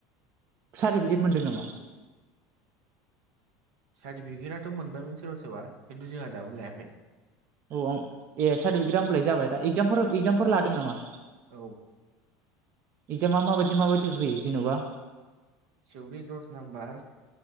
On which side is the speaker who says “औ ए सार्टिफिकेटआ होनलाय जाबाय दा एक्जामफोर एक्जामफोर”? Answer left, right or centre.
Right